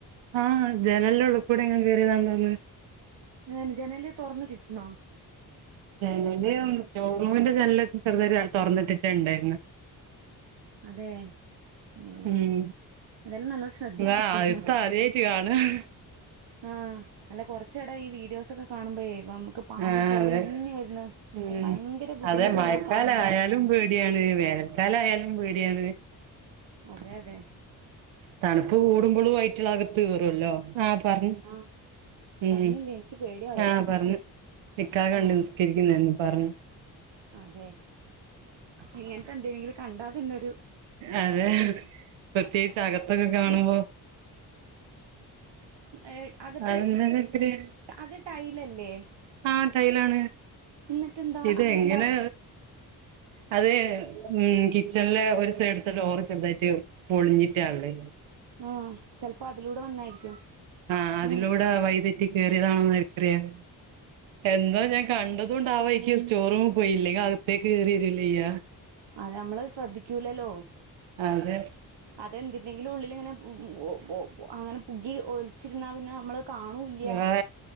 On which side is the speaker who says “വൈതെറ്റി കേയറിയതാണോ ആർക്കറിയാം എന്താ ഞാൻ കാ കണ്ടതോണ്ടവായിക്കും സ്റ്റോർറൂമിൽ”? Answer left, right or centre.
Right